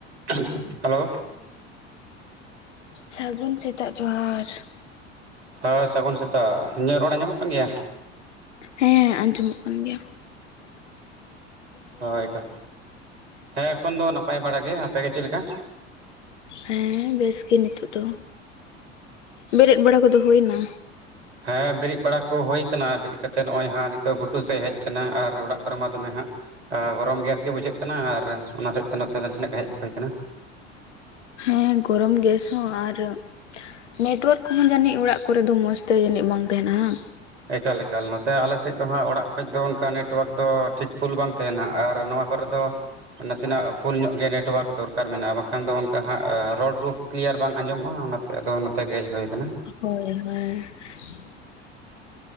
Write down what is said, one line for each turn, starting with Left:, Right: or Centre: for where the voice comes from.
Right: <unintelligible> Hello
Left: ᱥᱟᱹᱜᱩᱱ ᱥᱮᱛᱟᱜ ᱡᱚᱦᱟᱨ ᱾
Right: ᱦᱮᱸ ᱥᱟᱹᱜᱩᱱ ᱥᱮᱛᱟᱟᱜ ᱤᱧᱟᱹᱜ ᱨᱚᱲ ᱟᱸᱡᱚᱢᱚᱜ ᱠᱟᱱ ᱜᱮᱭᱟ?
Left: ᱦᱮᱸ ᱟᱸᱡᱚᱢᱚᱜ ᱠᱟᱱ ᱜᱮᱭᱟ ᱾
Right: ᱦᱳᱭ ᱛᱚ ᱮᱠᱟ, ᱦᱮᱸ ᱮᱠᱷᱚᱱ ᱫᱚ ᱱᱟᱯᱟᱭ ᱵᱟᱲᱟ ᱜᱮ ᱟᱯᱮ ᱜᱮ ᱪᱮᱫ ᱞᱮᱠᱟ?
Left: ᱦᱮᱸ ᱵᱮᱥ ᱜᱮ ᱱᱤᱛᱳ ᱫᱚ, ᱵᱮᱨᱮᱫ ᱵᱟᱲᱟ ᱠᱚᱫᱚ ᱦᱩᱭᱱᱟ?
Right: ᱦᱮᱸ ᱵᱮᱨᱮᱫ ᱵᱟᱲᱟ ᱠᱚ ᱦᱩᱭ ᱟᱠᱟᱱᱟ ᱵᱮᱨᱮᱫ ᱠᱟᱛᱮᱜ ᱱᱚᱜ ᱚᱭ ᱦᱟᱸᱜ ᱱᱤᱛᱚᱜ ᱜᱷᱩᱴᱩ ᱥᱮᱡ ᱟᱠᱟᱱᱟ ᱟᱨ ᱚᱲᱟᱜ ᱠᱚᱨᱮ ᱢᱟ ᱫᱚᱢᱮ ᱦᱟᱸᱜᱼᱼ ᱜᱚᱨᱚᱢ ᱜᱮᱥ ᱜᱮ ᱵᱩᱡᱷᱟᱹᱜ ᱠᱟᱱᱟ ᱟᱨ ᱚᱱᱟ ᱦᱚᱛᱮᱡ ᱛᱮ ᱱᱚᱛᱮ ᱱᱟᱥᱮ ᱱᱟᱜ ᱜᱮ ᱦᱮᱡ ᱦᱩᱭ ᱟᱠᱟᱱᱟ ᱾
Left: ᱦᱮᱸ ᱜᱚᱨᱚᱢ ᱜᱮᱥ ᱦᱚᱸ ᱟᱨᱼᱼ ᱱᱮᱴᱳᱣᱟᱨᱠ ᱠᱚᱦᱚᱸ ᱡᱟᱹᱱᱤᱡ ᱚᱲᱟᱜ ᱠᱚᱨᱮ ᱫᱚ ᱢᱚᱡᱽ ᱛᱮ ᱡᱟᱹᱱᱤᱡ ᱵᱟᱝ ᱛᱟᱦᱮᱱᱟ ᱦᱟᱝ ᱾
Right: ᱮᱠᱟᱞ ᱮᱠᱟᱞ ᱱᱚᱛᱼᱼ ᱟᱞᱮ ᱥᱮᱫ ᱫᱚ ᱦᱟᱸᱜ ᱚᱲᱟᱜ ᱠᱷᱚᱡ ᱫᱚ ᱚᱱᱠᱟ ᱱᱮᱴᱚᱣᱟᱨᱠ ᱫᱚ ᱴᱷᱤᱠ ᱯᱷᱩᱞ ᱵᱟᱝ ᱛᱟᱦᱮᱱᱟ ᱟᱨ ᱱᱚᱣᱟ ᱠᱚᱨᱮ ᱫᱚᱼᱼ ᱱᱟᱥᱮ ᱱᱟᱜ ᱯᱷᱩᱞ ᱧᱚᱜ ᱜᱮ ᱱᱮᱴᱚᱣᱟᱨᱠ ᱫᱚᱨᱠᱟᱨ ᱢᱮᱱᱟᱜᱼᱟ, ᱵᱟᱝᱠᱷᱟᱱ ᱫᱚ ᱚᱱᱠᱟ ᱦᱟᱸᱜ ᱨᱚᱲ ᱠᱚᱼᱼ ᱠᱞᱤᱭᱟᱨ ᱵᱟᱝ ᱟᱸᱡᱚᱢᱚᱜᱼᱟ ᱚᱱᱟᱛᱮ ᱟᱫᱚ ᱱᱚᱛᱮ ᱜᱮ ᱦᱮᱡ ᱦᱩᱭ ᱟᱠᱟᱱᱟ ᱾
Left: ᱦᱚᱭ ᱦᱚᱭ ᱾